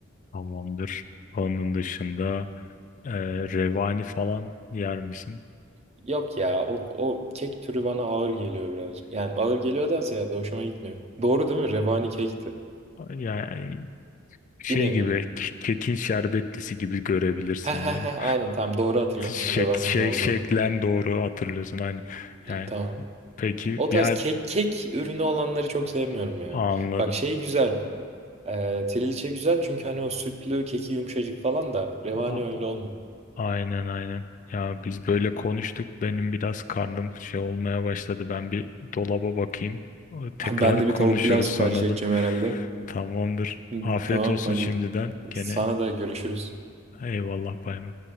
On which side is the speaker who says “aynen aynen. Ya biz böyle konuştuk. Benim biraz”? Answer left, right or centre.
Left